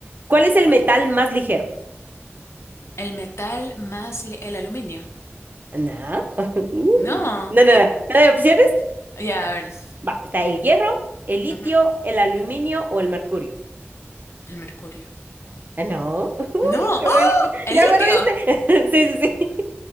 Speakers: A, on the right (about 45°); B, on the left (about 75°).
A: ¿Cuál es el metal más ligero?
B: El metal más li- el aluminio.
A: No. <laughs> Uy.
B: No.
A: No, no, no. ¿No hay opciones?
B: Ya, a ver.
A: Va, está el hierro, el litio,
B: Ujú.
A: el aluminio o el mercurio.
B: El mercurio.
A: Ah, No. <laughs> Uy,
B: No.
A: qué
B: ¡Ah!
A: bueno.
B: El
A: Ya
B: litio.
A: me reíste. <laughs> Sí, sí, sí.